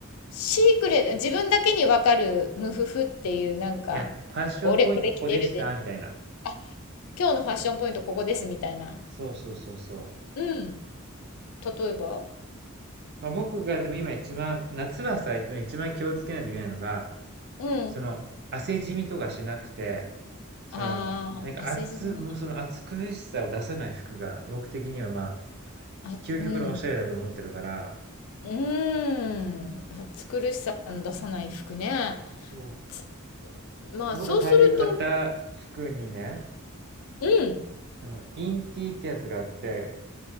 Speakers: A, on the left (about 75°); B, on the right (about 50°).
A: シークレット、自分だけにわかるムフフっていうなんか、
B: いや、ファッションポイントここでした、
A: 俺これ着てるで。
B: みたいな。
A: あ、今日のファッションポイントここですみたいな。
B: そうそうそうそう。
A: うん。例えば
B: まあ、僕がでも今一番、夏はさ、一番気をつけないといけないのが、
A: うん。
B: その、汗じみとかしなくて、その、
A: ああー、
B: なんか暑、
A: 汗じみが、
B: もうその暑苦しさを出さない服が、僕的にはま
A: あ、
B: あ、究極のおしゃれだと思ってるから、
A: うん。うーん。暑苦しさの出さない服ね。
B: そうん。ま
A: つまあ、
B: あ僕が最近買った服にね、
A: そうすると、うん。
B: あの、インティってやつがあって、